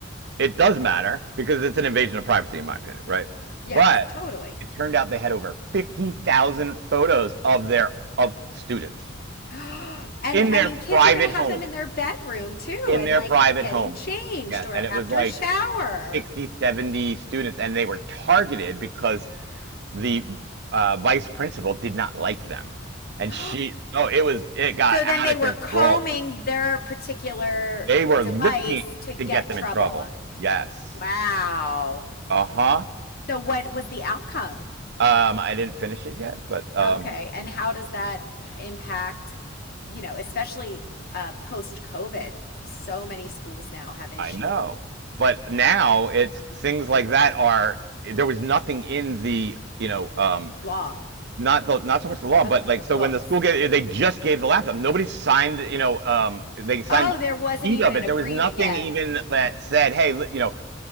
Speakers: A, on the right; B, on the left.
A: It does matter because it's an invasion of privacy, in my opinion, right?
B: yes
A: But
B: totally
A: it turned out they had over 50,000 photos of their of students
B: <gasps> And
A: in
B: I
A: their
B: mean,
A: private
B: kids are going to have
A: homes,
B: them in their bedroom too,
A: in
B: and
A: their
B: like
A: private
B: getting
A: homes.
B: changed
A: Yeah,
B: or
A: and it
B: after
A: was like
B: a shower.
A: 60, 70 students and they were targeted because the uh, vice principal did not like them.
B: <gasps>
A: And
B: so
A: she oh, it was it got
B: then
A: out
B: they
A: of
B: were
A: control.
B: combing their particular
A: They were
B: uh, device
A: looking
B: to get
A: to get them
B: trouble
A: in trouble.
B: on.
A: Yes.
B: Wow.
A: Uh-huh.
B: So what was the outcome?
A: Um, I didn't finish it yet, but um
B: Okay. And how does that impact, you know, especially uh, post COVID? So many schools now have issued
A: I know. But now it's things like that are there was nothing in the you know um
B: law,
A: not the not so much the law
B: nothing
A: but
B: on
A: like
B: the books.
A: so when the school gave they just gave the laptop nobody signed you know um they signed
B: Oh,
A: the
B: there wasn't
A: receipt
B: even
A: of
B: an
A: it
B: agreement.
A: there was nothing
B: Yeah,
A: even that said hey li- you know